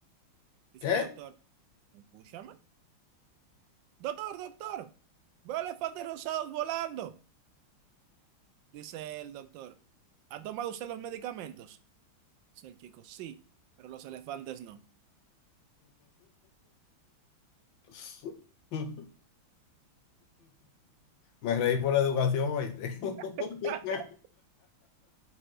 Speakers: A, on the right (about 70°); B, on the left (about 70°).
A: Dice
B: ¿Qué?
A: el doctor. Escúchame. Doctor, doctor, veo elefantes rosados volando. Dice el doctor. ¿Ha tomado usted los medicamentos? Dice el chico. Sí, pero los elefantes no.
B: <laughs> Me reí por la educación, ¿oíste? <laughs>
A: <laughs>